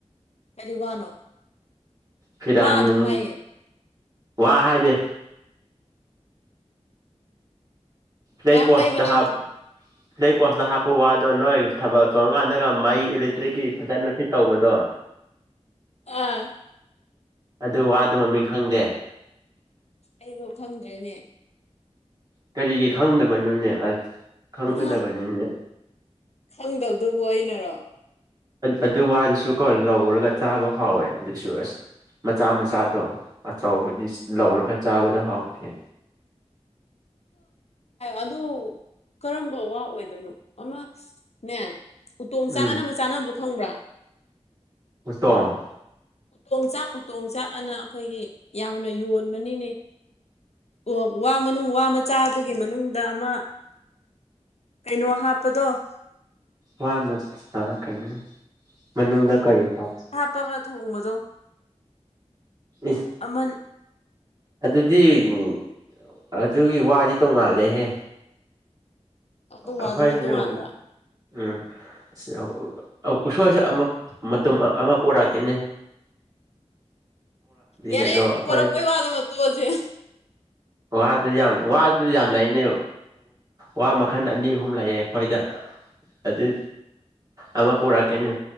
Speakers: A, on the left; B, on the right.
A: ꯀꯔꯤ ꯋꯥꯅꯣ
B: ꯐꯤꯔꯥꯟ
A: ꯋꯥ ꯑꯗꯨꯝ
B: ꯌꯨꯡ
A: ꯍꯥꯏꯌꯦ
B: ꯋꯥ ꯍꯥꯏꯗꯦ ꯂꯩ
A: ꯃꯌꯥꯝ
B: ꯄꯣꯁꯇ
A: ꯂꯩꯕꯅꯦ
B: ꯍꯥꯞ ꯂꯩ ꯄꯣꯁꯇ ꯍꯥꯞꯄ ꯋꯥꯗꯣ ꯅꯣꯏ ꯊꯥꯕꯜ ꯆꯣꯡꯀꯥꯟꯗꯒ ꯃꯩ ꯏꯂꯦꯛꯇ꯭ꯔꯤꯛꯀꯤ ꯐꯖꯅ ꯐꯤꯠ ꯇꯧꯕꯗꯣ
A: ꯑꯥ
B: ꯑꯗꯨ ꯋꯥꯗꯨ ꯃꯃꯤꯡ ꯈꯪꯗꯦ
A: ꯑꯩꯕꯧ ꯈꯪꯗ꯭ꯔꯦꯅꯦ
B: ꯀꯔꯤꯒꯤ ꯈꯪꯗꯕꯅꯣꯅꯦ ꯑꯁ ꯈꯪꯒꯗꯕꯅꯤꯅꯦ
A: ꯃꯥ ꯈꯪꯗꯕꯗꯨꯕꯨ ꯑꯩꯅꯔꯣ
B: ꯑꯗꯨ ꯋꯥꯗꯨꯁꯨ ꯀꯣ ꯂꯧꯔꯒ ꯆꯥꯕ ꯍꯥꯎꯋꯦ ꯑꯗꯨꯏꯁꯨ ꯑꯁ ꯃꯆꯥ ꯃꯆꯥꯗꯣ ꯑꯆꯧꯕꯗꯤ ꯂꯧꯔꯒ ꯆꯥꯕꯗꯣ ꯍꯥꯎꯔꯈꯤꯦ
A: ꯑꯗꯣ ꯑ ꯀꯔꯝꯕ ꯋꯥ ꯑꯣꯏꯗꯣꯏꯅꯣ ꯑꯃꯅꯦ ꯎꯇꯣꯡ
B: ꯎꯝ
A: ꯆꯥꯛꯒꯅꯕ ꯆꯥꯅꯕꯗꯣ ꯈꯪꯕ꯭ꯔꯥ
B: ꯎꯁꯇ
A: ꯇꯣꯡꯆꯥꯛꯄ ꯇꯣꯡꯆꯥꯛꯑꯅ ꯑꯩꯈꯣꯏꯒꯤ ꯌꯥꯝꯅ ꯌꯣꯟꯕꯅꯤꯅꯦ ꯑꯣ ꯋꯥ ꯃꯅꯨꯡ ꯋꯥ ꯃꯆꯥꯗꯨꯒꯤ ꯃꯅꯨꯡꯗ ꯑꯃ ꯀꯩꯅꯣ ꯍꯥꯞꯄꯗꯣ
B: ꯋꯥ ꯃꯠ ꯑ ꯀꯩꯅꯣ ꯃꯅꯨꯡꯗ ꯀꯔꯤ ꯍꯥꯞ
A: ꯇꯥꯒ ꯊꯣꯡꯕꯗꯣ
B: ꯅꯤꯁ
A: ꯑꯃꯟ
B: ꯑꯗꯨꯗꯤ ꯎꯝ ꯑꯗꯨꯒꯤ ꯋꯥꯗꯤ ꯇꯣꯡꯉꯥꯜꯂꯩꯍꯦ
A: ꯑꯗꯨ ꯋꯥꯗꯨꯅ
B: ꯑꯈꯣꯏꯖꯨ
A: ꯇꯣꯉꯥꯟꯕ꯭ꯔꯥ
B: ꯎꯝ ꯎꯁꯣꯏꯁ ꯑꯃ ꯃꯇ ꯑꯃ ꯄꯨꯔꯛꯀꯅꯤ
A: ꯌꯥꯔꯦ
B: ꯀꯩꯅꯣ ꯑꯩꯈꯣꯏ
A: ꯄꯨꯔ ꯀꯣꯏ ꯋꯥꯗ ꯅꯠꯇ ꯍꯧꯖꯤꯦ
B: ꯋꯥꯗꯨ ꯌꯥꯝ ꯋꯥꯗꯨ ꯌꯥꯝ ꯂꯩꯅꯦ ꯋꯥ ꯃꯈꯜ ꯑꯅꯤ ꯑꯍꯨꯝ ꯂꯥꯛꯑꯦ ꯑꯩꯈꯣꯏꯗ ꯑꯗꯨ ꯑꯃ ꯄꯨꯔꯛꯀꯅꯤ